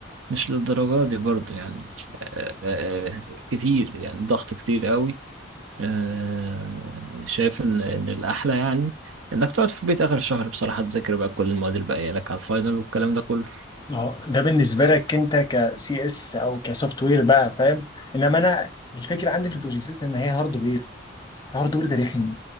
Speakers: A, on the right; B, on the left.
A: مش للدرجة دي برضو يعني آه، آه، آه، كتير يعني ضغط كتير قوي آه، شايف ان ان الاحلى يعني انك تقعد في البيت اخر الشهر بصراحه تذاكر بقى كل المواد اللي باقيه لك على الفاينل والكلام ده كله
B: ما هو ده بالنسبه لك انت كسي اس او كسوفت وير بقى فاهم انما انا الفكره عندي في البروجكتات ان هي هاردوير الهاردوير ده رخم